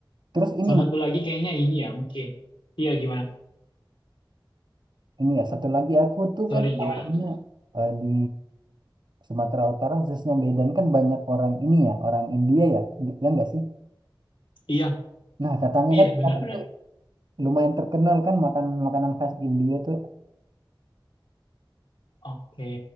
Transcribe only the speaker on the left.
Salah
satu lagi kayaknya ini ya, mungkin. Iya, gimana?
Sorry,
gimana?
Iya,
iya,
benar-benar.
Oke.